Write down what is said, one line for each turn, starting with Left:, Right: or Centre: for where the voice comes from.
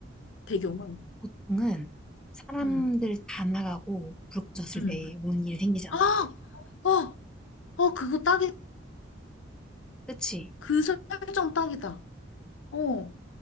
Left: 배경을.
Centre: 보통은 사람들
Left: 응,
Centre: 다 나가고 불 꺼졌을
Left: 응.
Centre: 때 오는 일이 생기잖아.
Left: 아! 어! 어, 그거 딱이다.
Centre: 그치?
Left: 그 설정 딱이다. 어.